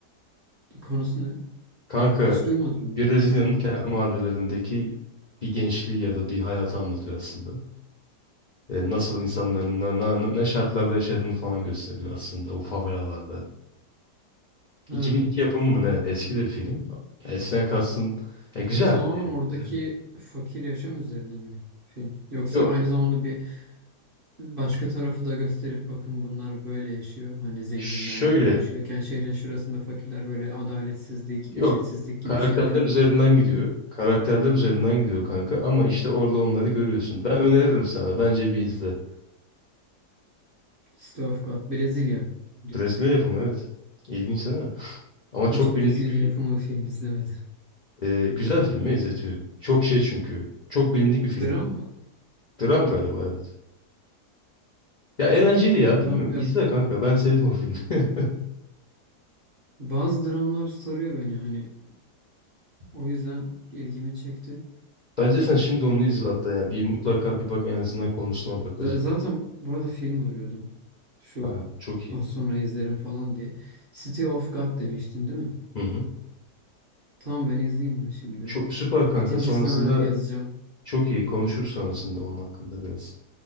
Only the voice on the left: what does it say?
Kanka
Brezilya'nın
kenar mahallelerindeki bir gençliği ya da bir hayatı anlatıyor aslında. E, nasıl insanların na- na- ne şartlarda yaşadığını falan gösteriyor aslında o favelalarda.
2002 yapımı mı ne? Eski de bir film. Ya, eskiden kastım ya, güzel
yani
izlenir.
Yok
şöyle
yok.
Karakterler
üzerinden
gidiyor. Karakterler üzerinden gidiyor kanka ama işte orada onları görüyorsun. Ben öneririm sana. Bence bir izle.
Brezilya
yapımı evet. İlginç değil mi? <laughs> Ama
çok bilindik
bir film.
Ee, güzel filmi izletiyor. Çok şey çünkü. Çok bilindik bir film.
Dram galiba evet. Ya eğlenceli ya
bilmiyorum.
İzle kanka ben sevdim o filmi. <laughs>
Bence sen şimdi onu izle hatta yani bir mutlaka bir bak en azından konusuna bak
özetine.
Ha, çok iyi.
Hı hı.
Çok süper kanka.
Sonrasında
çok iyi konuşuruz sonrasında onun hakkında biraz.